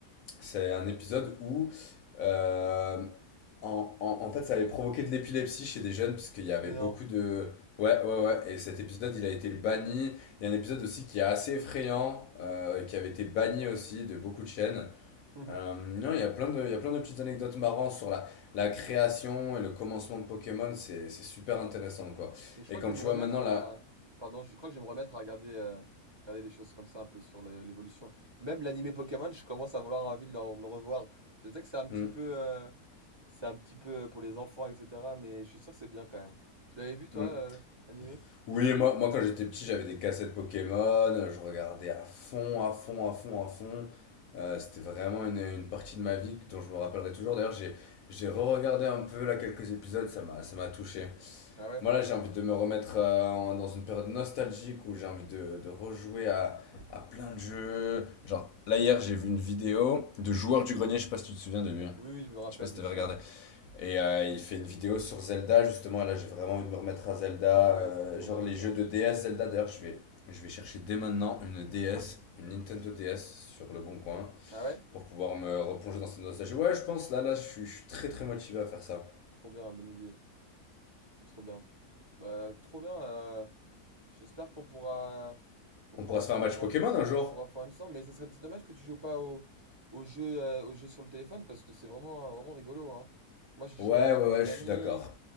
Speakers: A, on the left; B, on the right.
A: C'est un épisode où, euh, en, en, en fait, ça avait provoqué de l'épilepsie chez des jeunes, parce qu'il y avait
B: Mais
A: beaucoup
B: non.
A: de... Ouais, ouais, ouais. Et cet épisode, il a été banni. Il y a un épisode aussi qui est assez effrayant, euh, qui avait été banni aussi de beaucoup de chaînes.
B: <laughs>
A: Euh, non, il y a plein de, il y a plein de petites anecdotes marrantes sur la, la création et le commencement de Pokémon. C'est, c'est super intéressant, quoi.
B: Mais je crois
A: Et
B: que
A: quand
B: je vais
A: tu
B: me remettre
A: vois maintenant
B: à.
A: la...
B: Pardon, je crois que je vais me remettre à regarder, euh, regarder des choses comme ça un peu sur le- l'évolution. Même l'animé Pokémon, je commence à vouloir envie de le, le revoir. Je sais que c'est un petit
A: Hmm,
B: peu, euh, c'est un petit peu euh, pour les enfants, etc. Mais je suis sûr que c'est bien quand même. Tu l'avais vu toi,
A: hmm.
B: euh, l'animé?
A: Oui, moi, moi quand j'étais petit, j'avais des cassettes Pokémon, je regardais à fond, à fond, à fond, à fond. Euh, c'était vraiment une, une partie de ma vie dont je me rappellerai toujours. D'ailleurs, j'ai, j'ai re-regardé un peu là quelques épisodes, ça m'a, ça m'a touché.
B: Ah ouais?
A: Moi là, j'ai envie de me remettre euh, en- dans une période nostalgique où j'ai envie de, de rejouer à, à plein de jeux. Genre, là hier, j'ai vu une vidéo de Joueur du Grenier, je sais pas si tu te souviens de lui.
B: Oui, oui, je me rappelle
A: Je sais pas si
B: bien
A: t'avais
B: sûr.
A: regardé. Et euh, il fait une vidéo sur Zelda, justement. Et là, j'ai vraiment envie de me remettre à Zelda.
B: Ah ouais,
A: euh,
B: c'était trop
A: genre
B: bien Zelda.
A: les jeux de DS Zelda. D'ailleurs, je vais, je vais chercher dès maintenant une DS, une Nintendo DS sur le bon coin
B: Ah ouais?
A: pour pouvoir me replonger dans cette nostalgie. Ouais, je pense, là, là, je suis, je suis très très motivé à faire ça.
B: Trop bien, bonne idée. C'est trop bien. Bah, trop bien. euh, j'espère qu'on pourra qu'on
A: On
B: pourra
A: pourra se
B: jouer
A: faire un
B: une
A: match
B: fois,
A: Pokémon
B: on
A: un jour.
B: pourra faire une ensemble. Mais ça serait c'est dommage que tu joues pas au, au jeu euh, au jeu sur le téléphone parce que c'est vraiment vraiment rigolo, hein. Moi, j'ai
A: Ouais,
B: joué avec
A: ouais,
B: des
A: ouais, je
B: amis.
A: suis d'accord.